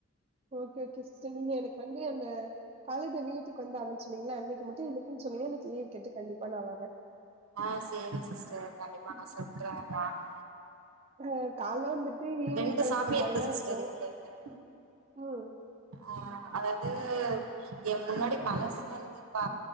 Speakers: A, on the right (about 25°); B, on the right (about 80°).
A: ஓகே ஓகே சிஸ்டர் நீங்க எனக்கு வந்து அந்த காளி வீட்டுக்கு வந்தாங்கனு சொன்னீங்கள்ல அன்னைக்கு மட்டு என்னை க்குனு சொல்லுங்க எனக்கு லீவு கேட்டு கண்டிப்பா நா வரேன்
B: ஆ சேரி சிஸ்டர் கண்டிப்பா நா சொல்றே வாங்க
A: ஆ கால்ல வந்துட்டு ஈவினிங்
B: ரெண்டு
A: கெளம்பிட்ற
B: சாமி
A: மாரிதா
B: சிஸ்டர்
A: இருக்கு,
B: இங்க
A: ம்
B: ஆ அதாவது எ முன்னாடி பழசு வந்து ப்ப